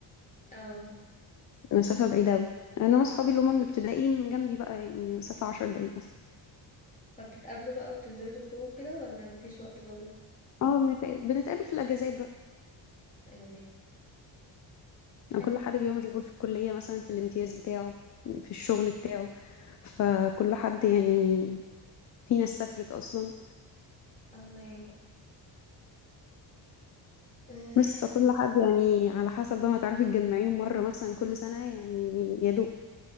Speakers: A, on the left; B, on the left.
A: اه
B: فمسافة بعيدة أوي أنا وأصحابي اللي هما من ابتدائي جنبي بقى يعني مسافة 10 دقايق مثلا
A: فبتتقابلوا بقى وبتنزلوا تخرجوا كده ولا مفيش وقت برضه
B: اه بنتق- بنتقابل في الأجازات بقى
A: اجازات حلو
B: يعني كل حد بيبقى مشغول في الكلية مثلا في الامتياز بتاعه في الشغل بتاعه فكل حد يعني في ناس سافرت أصلا
A: آه، الله يعينكم آه،
B: بس فكل حد يعني على حسب بقى ما تعرفي تجمعيهم مرة مثلا كل سنة يعني يا دوب